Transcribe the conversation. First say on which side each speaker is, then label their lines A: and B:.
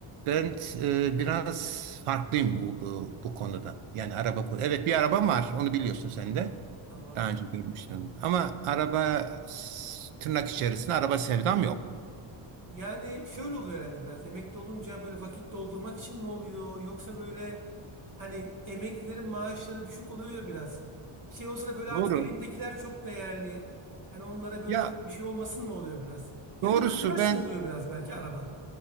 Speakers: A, on the right; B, on the right.
A: Ben e, biraz farklıyım bu, bu bu konuda. Yani araba konu- Evet bir arabam var onu biliyorsun sen de.
B: Tamam.
A: Daha önce görmüştün. Ama araba s- tırnak içerisinde araba sevdam yok.
B: Yani şöyle oluyor herhalde biraz. Emekli olunca böyle vakit doldurmak için mi oluyor? Yoksa böyle hani emeklilerin maaşları düşük oluyor ya biraz. Şey olsa da böyle
A: Doğru.
B: artık elimdekiler çok değerli. Hani onlara böyle
A: Ya
B: çok bir şey olmasın mı oluyor biraz? Ya
A: doğrusu
B: da bir arkadaş
A: ben
B: mı oluyor biraz belki araba?